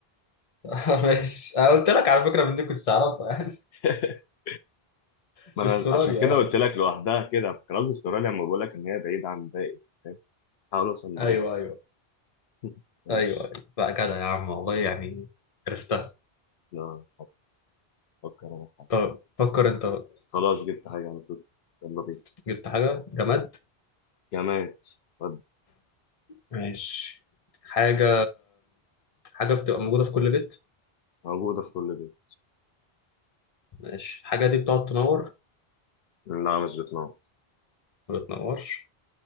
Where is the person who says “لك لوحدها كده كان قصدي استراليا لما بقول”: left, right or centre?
Left